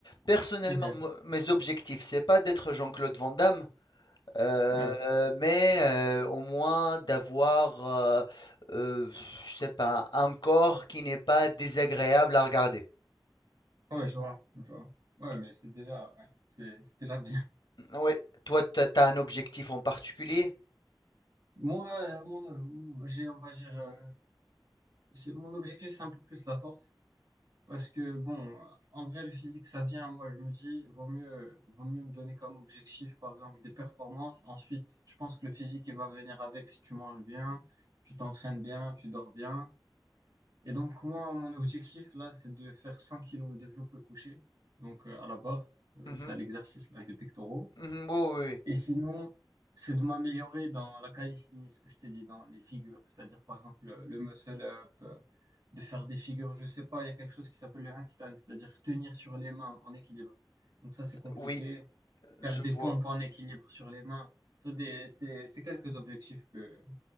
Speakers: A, on the left; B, on the right.
A: Personnellement,
B: Ok.
A: mo- mes objectifs, c'est pas d'être Jean-Claude Van Damme, euh,
B: Ouais.
A: mais euh, au moins d'avoir, euh, euh, je sais pas, un corps qui n'est pas désagréable à regarder.
B: Ouais, je vois, je vois. Ouais, mais c'est déjà, ouais, c'est, c'est déjà bien.
A: Oui, toi, tu as un objectif en particulier?
B: Moi, euh, mon, euh, j'ai, on va dire, euh, c'est, mon objectif, c'est un peu plus la force. Parce que, bon, en vrai, le physique, ça vient. Moi, je me dis, vaut mieux, vaut mieux me donner comme objectif, par exemple, des performances. Ensuite, je pense que le physique, il va venir avec si tu manges bien, tu t'entraînes bien, tu dors bien. Et donc, moi, mon objectif, là, c'est de faire 100 kilos au développé couché. Donc, euh, à la barre, euh,
A: Mhm,
B: c'est à l'exercice, là, des pectoraux.
A: mhm, ouais, ouais, ouais.
B: Et sinon, c'est de m'améliorer dans la calisthénie, ce que je t'ai dit, dans les figures. C'est-à-dire, par exemple, le le muscle-up, euh, de faire des figures, je sais pas, il y a quelque chose qui s'appelle le handstand, c'est-à-dire tenir sur les mains en équilibre. Donc ça, c'est compliqué.
A: Oui, oui. Oui,
B: Faire
A: je
B: des pompes
A: vois.
B: en équilibre sur les mains. Ça, des- c'est c'est quelques objectifs que...